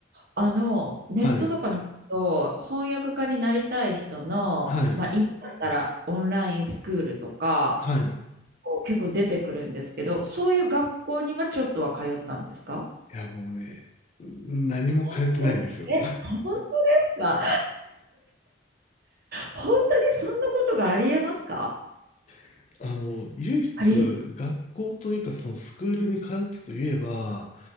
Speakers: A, on the right; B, on the left.
A: あの、ネットとか見ると、
B: はい。
A: 翻訳家になりたい人の、
B: はい。
A: まあ、今だったらオンラインスクールとか、
B: はい。
A: こう結構出てくるんですけど、そういう学校にはちょっとは通ったんですか
B: いや、もうね、何も通ってないんですよ。
A: 本当え本当ですか本当にそんなことがありえますか
B: <laughs> あの、唯一
A: あり
B: 学校というかそのスクールに通ったといえば、